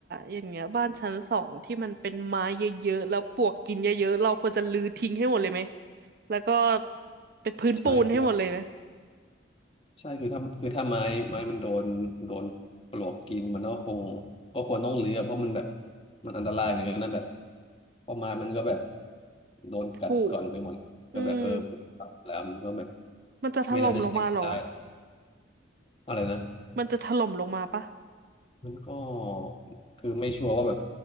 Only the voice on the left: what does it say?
ใช่คือใช่คือถ้าคือถ้าไม้ไม้มันโดนโดนปลวกกินมันก็คงก็ควรต้องเลือเพราะมันแบบมันอันตรายเหมือนกันนะแบบเพอไม้มันก็แบบโดนกัดก่อนไปหมดก็แบบเออผุ
แล้วมันก็แบบ
ไม่น่าจะใช้งานได้อะอะไรนะ
มันก็คือไม่ชัวร์ว่าแบบ